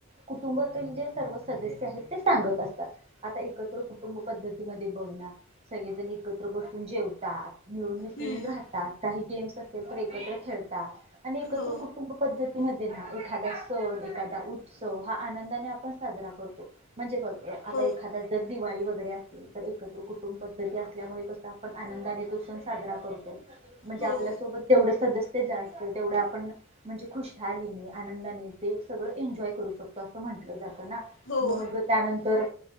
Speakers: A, on the right (about 30°); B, on the left (about 60°).
A: कुटुंबातील जे सर्व सदस्य आहेत ते सांगत अस तात आता एकत्र कुटुंब पद्धती मध्ये बघणा सगळेजण एकत्र बसून जेवतात. मिळून मिसळून
B: हम्म
A: राहतात काही गेम्स असेल तर एकत्र खेळतात. आणि एकत्र
B: हो
A: कुटुंब पद्धतीमध्ये एखादा सण, एखादा उत्सव हा आनंदाने आपण साजरा करतो म्हणजे बघ आता
B: हो
A: एखादा जर दिवाळी वगैरे असेल तर एकत्र कुटुंब पद्धती असल्यामुळे कस आपण आनंदाने तो सण साजरा करतो. म्हणजे
B: हो
A: आपल्यासोबत तेवढं सदस्य ते जास्त तेवढं आपण म्हणजे खुशहालीने, आनंदाने ते सगळं एन्जॉय करू शकतो असं म्हटलं जातं. मग
B: हो
A: त्यानंतर